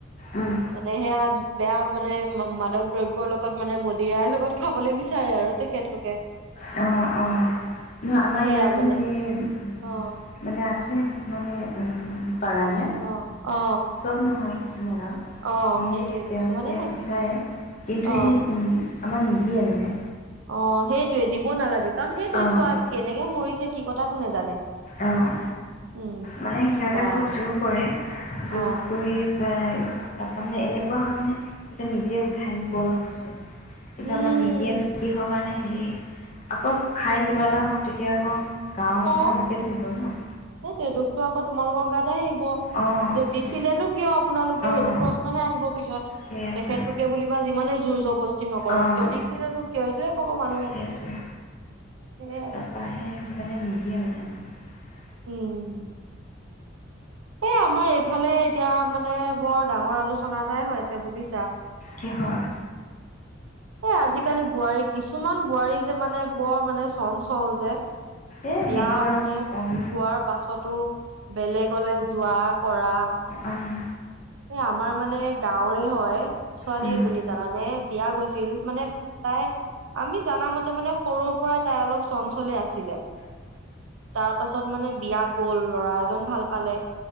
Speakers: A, on the left; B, on the right.
A: অ', উম,
B: মানে সেয়া বেয়া মানে মা-মাদক দ্ৰব্যৰ লগত মানে মদিৰাৰ লগত খাবলে বিচাৰে আ তেখেতলোকে।
A: অঁ, অঁ। ন আমাৰ
B: সেয়া
A: ইয়াতো
B: মানে
A: সেই ওঁ
B: অ
A: মানে, আছে কিছুমানে অঁ উম বাগানীয়া?
B: অ অ
A: চব নহয়, কিছুমানে আও।
B: অ
A: সেয়ে
B: সেইটোৱে
A: তেওঁলোকে
B: কিছুমানে থাকে
A: বিচাৰে। কিন্তু
B: অ
A: সেই ওঁ, আমাৰ নিদিয়ে মানে।
B: অঁ, সেইটোৱে দিব নালাগে। কাৰণ সেইটোৱে
A: অ',
B: চোৱা, কেনেকে মৰিছে কি কথা কোনে জানে?
A: অ'।
B: উম
A: মানে, সিহঁতে
B: বা
A: খুব জোৰ কৰে, জোৰ
B: অ
A: কৰি বে তাপা মানে, এনেকুৱা হ'য় মানে, হেঁতে নিজে উঠাই নিবলে খোজে। এতিয়া
B: উম
A: আমাৰ নিদিয়ে মানে, কিহৰ কাৰনে হেৰি, আকৌ খাই কিবা এটা হওঁক তেতি তেতিয়া আকৌ, গাঁৱৰ মানুহে
B: অ
A: আমাকে ধৰিব ন'।
B: সেইটোৱে দুখটো আকৌ তোমালোকৰ গাতে আহিব।
A: অঁ
B: যে দিছিলেনো
A: সেই
B: কিয় আপোনালোকে?
A: অঁ
B: সেইটো প্ৰশ্নহে আহিব পিছত।
A: সেইটোৱে
B: তেখেতলোকে বুলিবা যিমানে জোৰ জবস্তি নকৰক
A: অঁ
B: কিয়? দিছিলেনো কিয় সেইটোহে ক'ব মানুহে।
A: সেইটোৱে
B: সেয়াই।
A: তাৰপৰা সেই সেইটো কাৰণে নিদিয়ে মানে আমাক।
B: উম। এ আমাৰ এইফালে এতিয়া মানে বৰ ডাঙৰ আলোচনা এটাই হৈ আছে বুজিছা?
A: কিহৰ?
B: এ আজিকালি বোৱাৰী কিছুমান বোৱাৰী যে মানে বৰ মানে চঞ্চল যে।
A: এই
B: বিয়া
A: সেইটো আৰু
B: মানে
A: কম
B: হোৱাৰ পাছতো বেলেগলে যোৱা, কৰা।
A: অঁ অঁ অঁ অঁ অঁ
B: এ আমাৰ মানে গাঁৱৰে হয় ছোৱালী
A: উম
B: এজনী। জানানে বিয়া গৈছে ছিল মানে তাই আমি জানা মতে মানে সৰুৰ পৰাই তাই অলপ চঞ্চলে আছিলে। তাৰ পাছত মানে বিয়া গ'ল, লৰা এজন ভাল পালে।